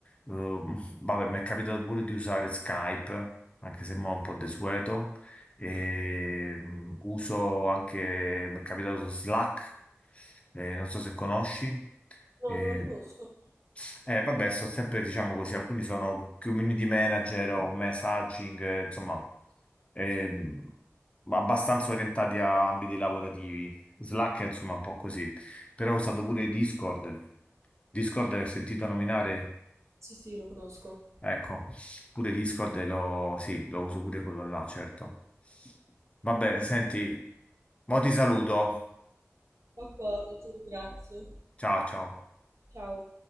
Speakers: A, on the left (about 25°); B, on the right (about 75°).
A: Eh, vabbè, mi è capitato pure di usare Skype anche se mo' è un po' desueto. E, mh, uso anche, mi è capitato Slack, eh, non so se conosci.
B: No,
A: E,
B: non lo conosco.
A: eh, vabbè, sto sempre, diciamo così, alcuni sono community manager o messaging, eh, insomma, ehm, abbastanza orientati a ambiti lavorativi. Slack è, insomma, un po' così. Però ho usato pure Discord. Discord, hai sentito nominare?
B: Sì, sì, lo conosco.
A: Ecco, pure Discord lo, sì, lo uso pure quello là, certo. Vabbè, senti, mo ti saluto.
B: D'accordo, ti ringrazio.
A: Ciao, ciao.
B: Ciao.